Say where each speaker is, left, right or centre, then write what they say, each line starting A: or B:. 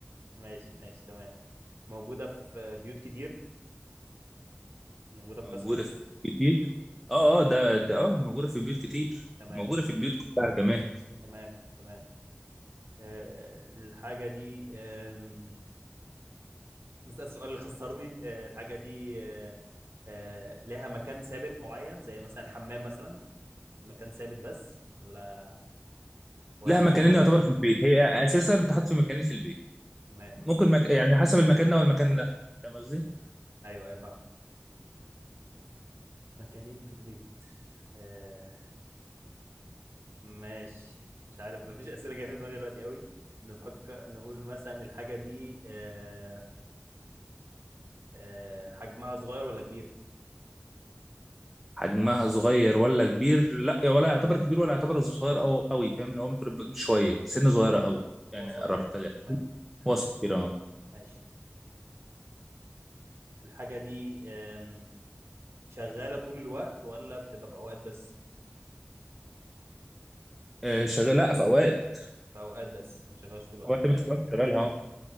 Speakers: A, on the right; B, in the centre.
A: ماشي ماشي تمام موجودة في بيوت كتير يعني موجودة بكثرة
B: موجودة في بيوت كتير اه اه ده ده اه موجودة في بيوت كتير
A: تمام
B: موجودة في البيوت كلها كمان
A: تمام تمام آه، الحاجة دي آم، نسأل السؤال اللي خسرني آه، الحاجة دي آه، آه، لها مكان ثابت معين زي مثلا الحمام مثلا مكان ثابت بس ولا ولا
B: لا
A: ممكن
B: مكانين
A: يبقى موجود
B: يعتبر
A: في كذا
B: في البيت هي اساسا بتحط في مكانين في البيت
A: تمام
B: ممكن مك... يعني حسب المكان ده والمكان ده فاهم قصدي
A: ايوه ايوه فاهمك مكانين في البيت آه، ماشي مش عارف مفيش أسئلة جاية في دماغي دلوقتي قوي نفكر نقول مثلا الحاجة دي آه، آه، حجمها صغير ولا كبير
B: حجمها صغير ولا كبير لا ولا يعتبر كبير ولا يعتبر صغير او قوي فاهم ان هو ممكن يبقى كبير شويه سن صغيره قوي
A: وسط
B: يعني قربت
A: يعني
B: لا
A: تمام
B: وسط كده اه
A: ماشي الحاجة دي آم، شغالة طول الوقت ولا بتبقى بأوقات بس
B: آه، شغال لا في اوقات
A: بأوقات بس ما شغالش طول الوقت
B: اوقات ما
A: تمام
B: انت كمان شغالها اه